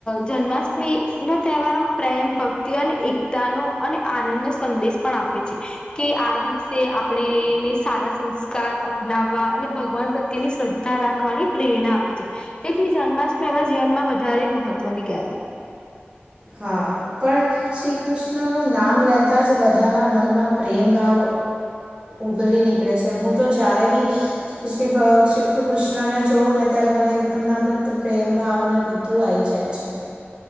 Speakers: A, on the left; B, on the right.
A: જન્માષ્ટમી નો તહેવાર આમ પ્રેમ ભક્તિ અને તા નો અને આનંદ નો સંદેશ પણ આપે છે. કે આ દિવસે આપણેને સારા સંસ્કાર અપનાવવા અને ભગવાન પ્રત્યેની શ્રદ્ધા. રાખવાની પ્રેરણા આપે છે તેથી જન્માષ્ટમી આપણા જીવન માં વધારે મહત્વની કહેવાય છે.
B: હા પણ શ્રી કૃષ્ણનું નામ લેતા જ બધાના મનમાં પ્રેમ ભાવ ઉભરી નીકળે છે હું તો જ્યારે બી પછી ભ શ્રીકૃષ્ણને જોવું ને ત્યારે. મને એમના પ્રત્યે પ્રેમ ભાવ ને બધું આઈ જાય છે.